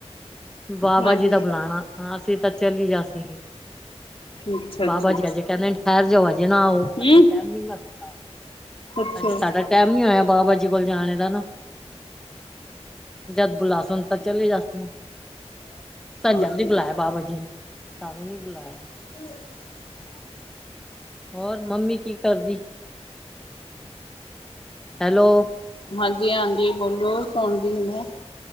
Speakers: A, in the centre; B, on the left (about 50°).
A: ਬਾਬਾ
B: ਹਾਂਜੀ
A: ਜੀ ਦਾ ਬੁਲਾਣਾ ਹਾਂ ਅਸੀ ਤਾਂ ਚੱਲ ਜਾਸੀ
B: ਅੱਛਾ
A: ਬਾਬਾ
B: ਅੱਛਾ ਅੱਛਾ
A: ਜੀ ਅਜੇ ਕਹਿਦੇ ਠਹਿਰ ਜਾਓ ਹਜੇ ਨਾ ਆਓ
B: ਹਮ
A: ਆਜੇ ਟਾਈਮ ਨਹ ਲਗਦਾ
B: ਅੱਛਾ
A: ਅਜੇ ਸਾਡਾ ਟਾਈਮ ਨੀ ਹੋਇਆ ਬਾਬਾ ਜੀ ਕੋਲ ਜਾਣੇ ਦਾ ਨਾ ਜਦ ਬੁਲਾਸ- ਹੁਣ ਤਾਂ ਚਲੇ ਜਾਸੀਏ ਜਲਦੀ
B: ਅੱਛਾ
A: ਬੁਲਾਇਆ ਬਾਬਾ ਜੀ ਨੇ ਸਾਨੂੰ ਨੀ ਬੁਲਾਇਆ-
B: <unintelligible>
A: ਹੋਰ ਮੰਮੀ ਕੀ ਕਰਦੀ ਹੈਲੋ
B: ਹਾਂਜੀ- ਹਾਂਜੀ ਬੋਲੋ ਸੁਣਦੀ ਹ ਮੈ